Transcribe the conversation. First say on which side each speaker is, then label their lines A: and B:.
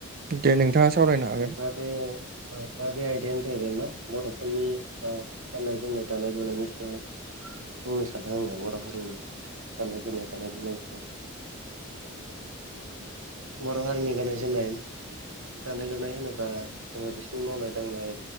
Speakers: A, on the right; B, on the right.
A: दे नोंथाङा। सावरायनो हागोन।
B: जाहाथे। दा बे आयदायानो जाहैबाय मा बर'फोरनि गाननाय जोमनाय दानाय लुनायनि सायाव। बुंनो सानदों आङो बर' हारिनि गाननाय जोमनाय दानाय लुनायनि समाव। बर' हारिनि गाननाय जोमनाय। दानाय लुनाय होनोबा जोङो बिसिनि मावनाय दांनाय।